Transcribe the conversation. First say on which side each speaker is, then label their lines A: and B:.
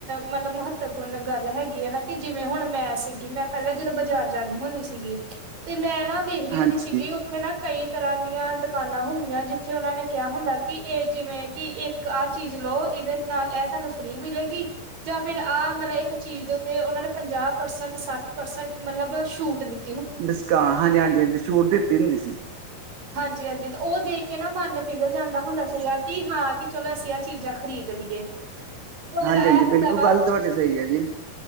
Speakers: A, on the right (about 55°); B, on the right (about 70°).
A: ਮਤਲਬ ਮਹੱਤਵਪੂਰਨ ਗੱਲ ਹੈਗੀ ਏ ਨਾ ਕਿ ਜਿਵੇਂ ਹੁਨ ਮੈਂ ਸੀਗੀ ਮੈਂ ਪੈਲਾਂ ਜਦੋਂ ਬਾਜ਼ਾਰ ਜਾਂਨੀ ਹੁੰਨੀ ਸੀ ਸੀਗੀ, ਤੇ ਮੈਂ ਨਾ ਵੇਖਦੀ
B: ਹਾਂਜੀ
A: ਹੁੰਦੀ ਸੀਗੀ ਓਥੇ ਨਾ ਕਈ ਤਰ੍ਹਾਂ ਦੀਆਂ ਦੁਕਾਨਾਂ ਹੁੰਦੀਆਂ, ਜਿੱਥੇ ਓਨਾਂ ਨੇ ਕਿਆ ਹੁੰਦਾ ਕੇ ਏ ਜਿਵੇਂ ਕੀ ਇੱਕ ਆਹ ਚੀਜ਼ ਲਓ, ਇਦੇ ਨਾਲ ਐ ਤਾਨੂੰ ਫਰੀ ਮਿਲੇਗੀ। ਜਾਂ ਫਿਰ ਆਹ ਮਤਲਬ ਇੱਕ ਚੀਜ਼ ਦੇ ਉੱਤੇ ਓਨਾ ਨੇ ਪੰਜਾਹ ਪਰਸੈਂਟ ਸੱਠ ਪਰਸੈਂਟ ਮਤਲਬ ਛੂਟ ਦਿੱਤ
B: ਦਸਕਾਂਹਾਂ ਹਾਂਜੀ-ਹਾਂਜੀ ਛੂਟ ਦਿੱਤੀ ਹੁੰਦੀ ਸੀ।
A: ਹਾਂਜੀ-ਹਾਂਜੀ ਤੇ ਓ ਦੇਖ ਕੇ ਨਾ ਮਨ ਪਿਘਲ ਜਾਂਦਾ ਹੁੰਦਾ ਸੀਗਾ, ਕੀ ਹਾਂ ਕੇ ਚਲੋ ਅਸੀਂ ਆ ਚੀਜ਼ਾਂ ਖ਼ਰੀਦ ਲੀਏ, ਪਰ
B: ਹਾਂਜੀ
A: ਐ
B: ਹਾਂਜੀ
A: ਹੁੰਦਾ
B: ਬਿਲਕੁਲ
A: ਵਾ
B: ਗੱਲ ਤੁਹਾਡੀ ਸਹੀ ਹੈ ਜੀ